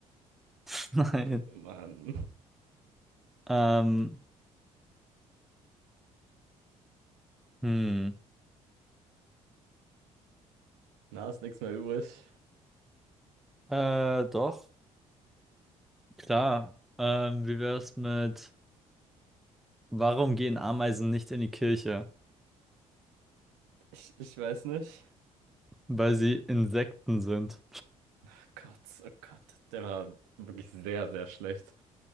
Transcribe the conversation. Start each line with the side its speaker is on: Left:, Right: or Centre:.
Centre: <laughs> nein.
Right: Mann.
Centre: Ähm, hm,
Right: Na, ist nichts mehr übrig.
Centre: äh, doch, klar. Ähm, wie wär's mit, warum gehen Ameisen nicht in die Kirche?
Right: Ich, ich weiß nicht.
Centre: Weil sie Insekten sind.
Right: Oh Gott, oh Gott. Der war wirklich sehr, sehr schlecht.